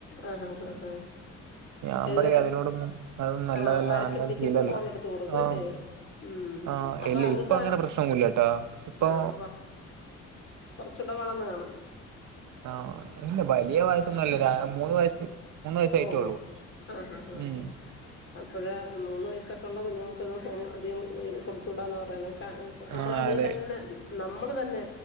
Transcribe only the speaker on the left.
ആഹ് ആഹ് ആഹ് ആഹ്
ഇതുപോലെ
ആഹ് വാശി
പിടിക്കുമ്പോ
ഫോൺ എടുത്ത കൊടുക്കുംല്ലേ
ഉം
അപ്പൊ
അവർക്ക്
ആഹ് കുറച്ചൂടെ വളർന്നു കാണും
ഓഹഓ ആഹ് ആഹ് ആഹ്
അഹ് അപ്പോഴ മൂന്ന് വയസൊക്കെയ ഉള്ള കുഞ്ഞുങ്ങൾക്കൊന്നും ഫോൺ അധികം കൊടു തുട എന്ന് പറയുന്നത് നമ്മള
അതേ
തന്നെ നമ്മൾ തന്നെ